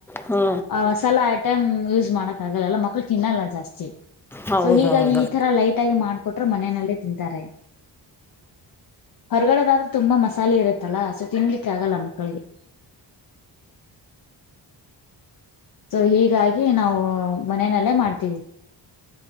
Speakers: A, in the centre; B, on the left.
A: ಹ್ಞೂ
B: ಆ ಮಸಾಲ ಆ. ಟೈ್ ಯೂಸ್ ಮಾಡಕ್ ಆಗಲ್ಲ ಮಕ್ಳ ತಿನ್ನಲ್ಲ ಜಾಸ್ತಿಲ್ಲಿಹ
A: ಹೌದು
B: ಸೊ ಹೀಗಾಗಿ
A: ಹೌದು
B: ಈ ತರ ಲೈಟ್ ಆಗಿ ಮಾಡ್ಕಹ ಕೊಟ್ರ ಮನೆಯಲ್ಲೇ ತಿಂತಾರೆ ಹೊರಗಡೆದಾದ್ರೆ ತುಂಬಾ ಮಸಾಲೆ ಇರುತ್ತಲ್ಲ ಸೊ ತಿನ್ಲಿಕ್ಕೆ ಆಗಲ್ಲ ಮಕ್ಕಳಿಗೆ. ಸೊ ಹೀಗಾಗಿ ನಾವು ಮನನಲ್ಲೇ ಮಾಡ್ತೀವಿ.